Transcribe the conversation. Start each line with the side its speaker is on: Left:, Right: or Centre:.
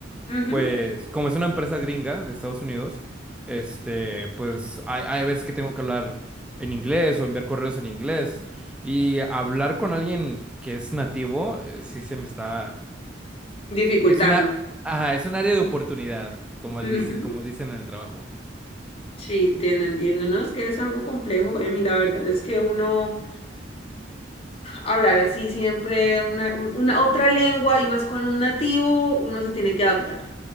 Left: Ujú,
Centre: Pues, como es una empresa gringa de Estados Unidos, este, pues hay, hay veces que tengo que hablar en inglés o enviar correos en inglés. Y hablar con alguien que es nativo, eh, sí se me está.
Left: Dificultando.
Centre: Es una. Ajá, es un área de oportunidad, como dice,
Left: Ujú,
Centre: como dicen en el trabajo.
Left: Sí, entiendo, entiendo, ¿no? Es que es algo complejo, Emi, la verdad es que uno hablar así siempre una, una otra lengua y más con un nativo, uno se tiene que adaptar.